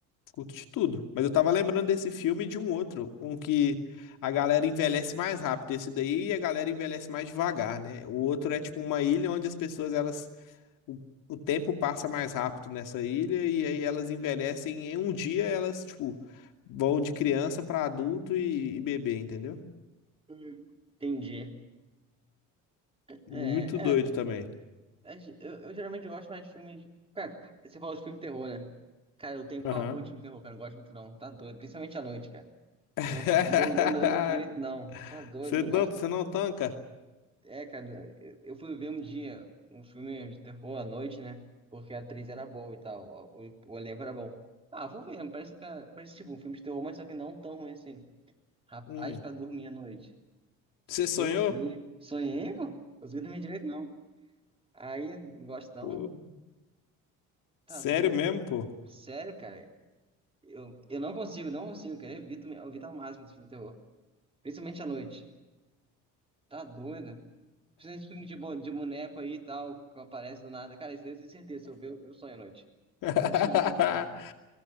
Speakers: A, on the left (about 70°); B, on the right (about 15°).
A: Curto de tudo. Mas eu tava lembrando desse filme e de um outro, um que a galera envelhece mais rápido. Esse daí a galera envelhece mais devagar, né? O outro é tipo uma ilha onde as pessoas, elas. O, o tempo passa mais rápido nessa ilha e aí elas envelhecem em um dia, elas, tipo, vão de criança pra adulto e, e bebê, entendeu?
B: Hum. Entendi.
A: Muito
B: É,
A: doido
B: é.
A: também.
B: a gente- Eu, eu geralmente gosto mais de filmes. Cara, você falou de filme de terror, né? Cara, eu tenho
A: Aham.
B: pavor de filme de terror, cara. Eu não gosto muito, não. Tá doido. Principalmente à noite, cara.
A: <laughs>
B: Senão eu não, eu não, eu não durmo direito, não. Tá doido,
A: Você
B: eu não
A: não,
B: gosto,
A: você
B: não.
A: não tanca?
B: É, cara, eu, eu fui ver um dia um filme de terror à noite, né? Porque a atriz era boa e tal. O, o, o elenco era bom. Ah, vou ver. Parece, que era- parece tipo um filme de terror, mas só que não tão ruim assim. Rapaz,
A: Hum.
B: pra dormir à noite. Sofri.
A: Você sonhou?
B: Sonhei, pô. Consegui dormir direito, não. Aí, não gosto não.
A: Pô,
B: Tá
A: sério
B: doido.
A: mesmo, pô?
B: Sério, cara, eu, eu não consigo, não consigo, cara. Eu evito, eu evito ao máximo esse filme de terror. Principalmente à noite. Tá doido? Principalmente filme de, bo- de boneco aí e tal, que aparece do nada. Cara, isso daí eu tenho certeza. Se eu ver, eu eu sonho à noite.
A: <laughs>
B: Absoluta certeza. cara.